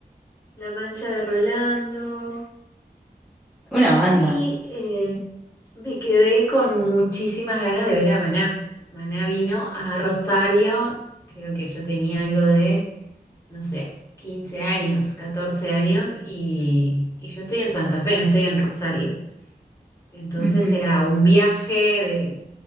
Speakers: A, on the left; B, in the centre.
A: La Mancha de Rolando.
B: Una banda.
A: Y eh, me quedé con muchísimas ganas de ver a Maná. Maná vino a Rosario, creo que yo tenía algo de no sé, 15 años, catorce años y, y yo estoy en Santa Fe, no estoy en Rosario. Entonces
B: Ujú.
A: era un viaje de...